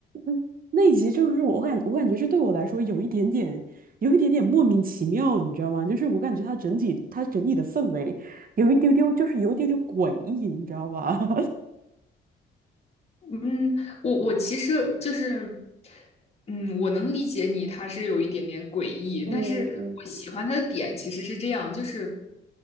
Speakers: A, on the right; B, on the left.
A: 嗯，那一集就是我感我感觉是对我来说有一点点有一点点莫名其妙，你知道吗？就是我感觉它整体它整体的氛围有一丢丢，就是有一丢丢诡异，你知道吧？<laughs>
B: 嗯，我我其实就是，嗯，我能理解你，他是有一点点诡异，
A: 嗯嗯，
B: 但是我喜欢他的点其实是这样，就是